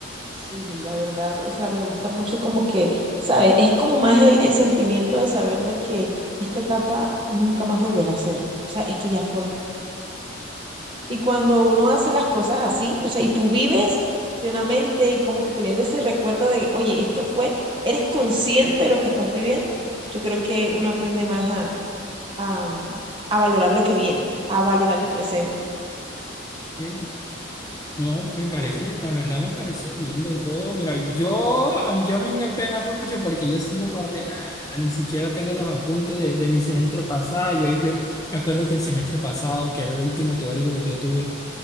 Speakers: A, on the right; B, on the left.
A: Sí, la verdad, o sea, me gusta mucho como que, ¿sabes? Es como más el, el sentimiento de saber de que esta etapa nunca más volverá a ser. O sea, esto ya fue. Y cuando uno hace las cosas así, o sea, y tú vives plenamente y como que teniendo ese recuerdo de, oye, esto fue, eres consciente de lo que estás viviendo, yo creo que uno aprende más a, a, mm, a valorar lo que viene, a valorar el presente.
B: Sí. No, me parece,
A: Tú,
B: la verdad me parece lindo. Yo, mira, yo a mí, yo a mí me pena mucho porque yo sí no guardé nada, ni siquiera tengo los apuntes de, de mi semestre pasado. Yo, yo me acuerdo que el semestre pasado, que era el último teórico que yo tuve,